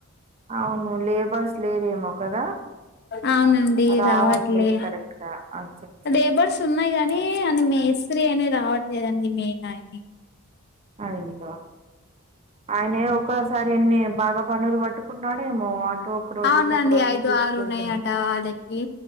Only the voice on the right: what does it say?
అవును లేబర్స్ లేరేమో కదా
రావట్లేదు
కరెక్ట్ గా అచ్చ అచ్చ
అచ్చ
అయ్యో ఆయనే ఒకేసారి ఎన్ని బాగా పనులు పట్టుకున్నాడేమో ఒక రోజు
ఇటు ఒక రోజు
తీసుకెళ్తున్నా